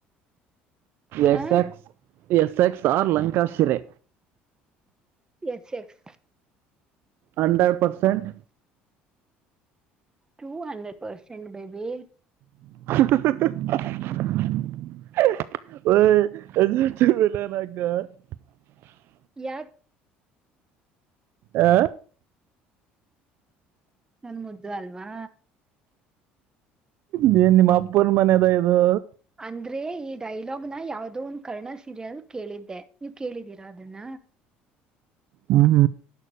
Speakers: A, on the right (about 65°); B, on the right (about 15°).
A: S
B: ಆ
A: X S X R ಲಂಕಾಶಿರೆೇ
B: ಎಕ್ ಎಕ್
A: hundred percent
B: to hundred percent baby
A: <unintelligible> <inaudible>
B: ಯ
A: ಆ
B: ನನ್ ಮುದ್ದು ಅಲ್ವಾ
A: ನೀನ್ನ ಅಪ್ಪನ ಮನೆದ ಇದು
B: ಅಂದ್ರೆ ಈ ಡೈಲಾಗ್ನ ಯಾವ್ದೋ ಒಂದು ಕರ್ಣ ಸೀರಿಯಲ್ ಕೇಳಿದ್ದೆ ನೀವ್ ಕೇಳಿದ್ದೀರಾ ಅದನ್ನ
A: ಹ್ಮ ಹ್ಮ್